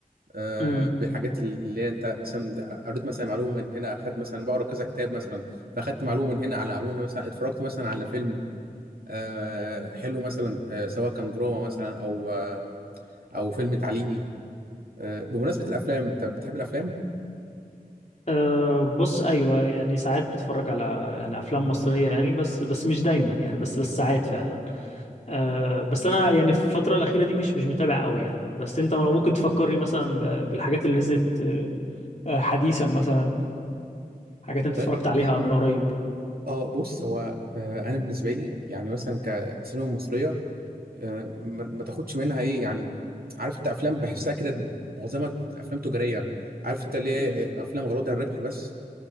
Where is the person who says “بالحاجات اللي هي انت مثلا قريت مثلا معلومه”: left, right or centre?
Right